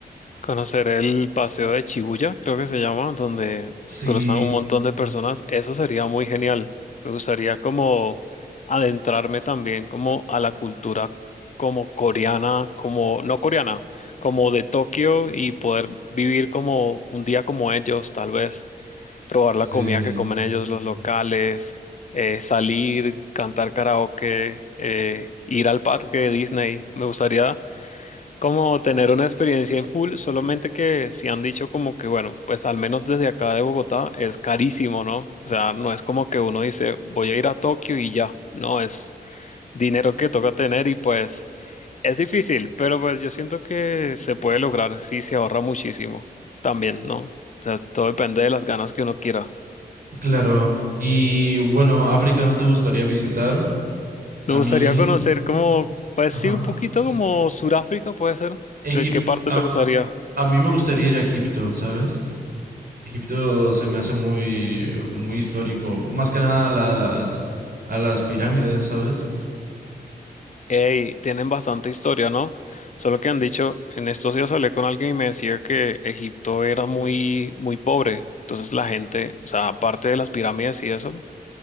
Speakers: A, on the left; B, on the right.
A: Conocer el paseo de Shibuya, creo que se llama, donde
B: Oh, Sí,
A: cruzan un montón de personas, eso sería muy genial. Me gustaría como adentrarme también como a la cultura como coreana, como no coreana, como de Tokio y poder vivir como un día como ellos, tal vez probar
B: sí,
A: la comida que comen ellos, los locales, eh, salir, cantar karaoke, eh, ir al parque de Disney. Me gustaría como tener una experiencia en full, solamente que si han dicho como que, bueno, pues al menos desde acá de Bogotá es carísimo, ¿no? O sea, no es como que uno dice, voy a ir a Tokio y ya, no, es dinero que toca tener y pues es difícil, pero pues yo siento que se puede lograr si se ahorra muchísimo también, ¿no? O sea, todo depende de las ganas que uno quiera.
B: claro. Y bueno, África no te gustaría visitar.
A: Me
B: A
A: gustaría
B: mí,
A: conocer como, pues
B: ajá.
A: sí, un poquito como Suráfrica puede ser.
B: Egipto,
A: ¿Qué, qué parte
B: a,
A: te gustaría?
B: a mí me gustaría ir a Egipto, ¿sabes? Egipto se me hace muy, muy histórico. Más que nada a las, a las pirámides, ¿sabes?
A: Ey, tienen bastante historia, ¿no? Solo que han dicho, en estos días hablé con alguien y me decía que Egipto era muy, muy pobre. Entonces la gente, o sea, aparte de las pirámides y eso,